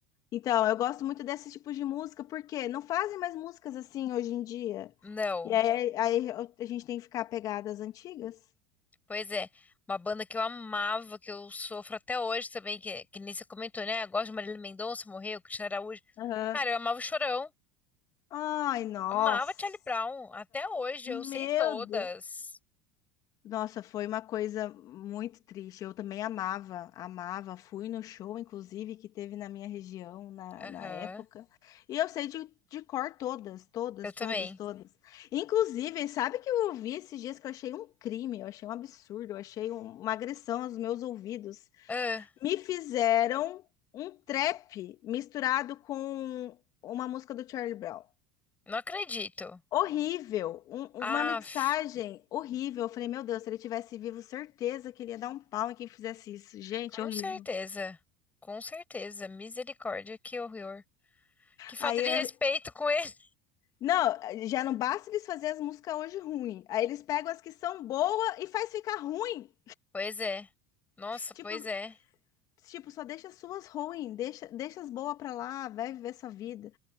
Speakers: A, on the left (about 50°); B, on the left (about 20°).
A: Então, eu gosto muito desse tipo de música, porque não fazem mais músicas assim hoje em dia.
B: Não.
A: E aí, aí eu- a gente tem que ficar apegado às antigas.
B: Pois é, uma banda que eu amava, que eu sofro até hoje também, que, que nem você comentou, né? Eu gosto de Marília Mendonça, morreu, Cristiano Araújo.
A: Aham.
B: Cara, eu amava o Chorão,
A: Ai, nossa,
B: amava Charlie Brown, até hoje eu sei
A: meu
B: todas.
A: Deus. Nossa, foi uma coisa muito triste. Eu também amava, amava. Fui no show, inclusive, que teve na minha região na,
B: Aham,
A: na época. E eu sei de, de cor todas, todas,
B: eu também.
A: todas, todas. Inclusive, sabe que eu ouvi esses dias que eu achei um crime, eu achei um absurdo, eu achei um- uma agressão aos meus ouvidos.
B: Ah,
A: Me fizeram um trap misturado com uma música do Charlie Brown.
B: não acredito.
A: Horrível, um- uma
B: Aff,
A: mixagem horrível. Eu falei, meu Deus, se ele tivesse vivo, certeza que ele ia dar um pau em quem fizesse isso. Gente,
B: com
A: horrível.
B: certeza, com certeza, misericórdia, que horror. Que falta
A: Aí
B: de
A: é...
B: respeito com ele.
A: Não, já não basta eles fazerem as músicas hoje ruim. Aí eles pegam as que são boas e faz ficar ruim.
B: Pois é, nossa,
A: Tipo,
B: pois é.
A: tipo, só deixa as suas ruins, deixa, deixa as boas pra lá, vai viver sua vida.